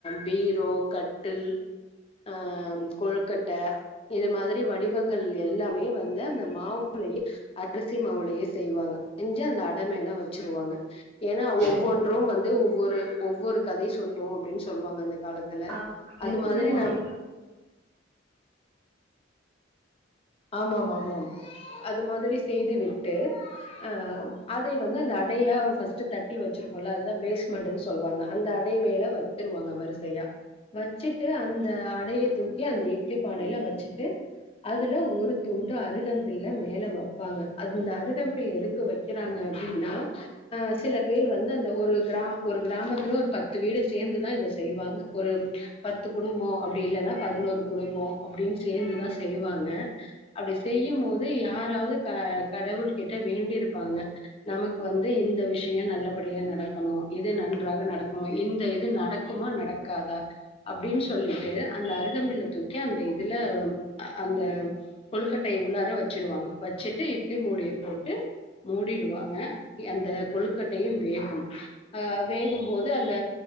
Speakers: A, on the left; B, on the right.
A: பீரோ கட்டில் ஆ கொழுக்கட்ட இது மாதிரி வடிவங்கள் எல்லாமே வந்து அந்த மாவுலயே அரிசி மாவுலயே செய்வாங்க செஞ்சு அந்த அடை மேல வச்சிருவாங்க ஏன்னா
B: சரி.
A: ஒவ்வொன்றும் வந்து ஒவ்வொரு ஒவ்வொரு கதை சொல்லும் அப்புடின்னு சொல்லுவாங்க அந்தக் காலத்துல
B: ஆ. நீங்க
A: அது
B: சொல்லும்போதே
A: மாதிரி நம் ஆமா ஆமா ஆமா ஆம் அது மாதிரி செய்து விட்டு ஆஹ் அதை வந்து அந்த அடையா பஸ்ட்டு தட்டி வெச்சிருக்கோம் இல்ல அதுதா பேஸ்மெட்னு சொல்லுவாங்க அந்த அடை மேல வெச்சிருவாங்க வரிசையா வெச்சுட்டு அந்த அடைய தூக்கி அந்த இட்லி பானையில வெச்சுட்டு அதுல ஒரு துண்டு அருகம்பில்ல மேல வெப்பாங்க அந்த அருகம்பில் எதுக்கு வெக்கிறாங்க அப்டின்னா ஆஹ் சில பேர் வந்து அந்த ஒரு கிராம ஒரு கிராமத்து துல ஒரு பத்து வீடு சேந்துதா இத செய்வாங்க ஒரு பத்து குடும்போ அப்டி இல்லன்னா பதினோரு குடும்போ அப்டின்னு சேந்துதா செய்வாங்க க அப்டி செய்யும் போது யாராவது க கடவுள் கிட்ட வேண்டியிருப்பாங்க நமக்கு வந்து இந்த விஷியம் நல்லபடியா நடக்கணு இது நன்றாக நடக்கணு இந்த இது நடக்குமா நடக்காதா அப்டின்னு சொல்லிட்டு அந்த அருகம்பில்ல தூக்கி அந்த இதுல அந்த தம் கொழுக்கட்டைய உள்ளார வெச்சுடுவாங்க வெச்சுட்டு இட்லி மூடிய போட்டு மூடிடுவாங்க அந்த கொழுக்கட்டையும் வே கும் ஆஹ் வேகும்போது அந்த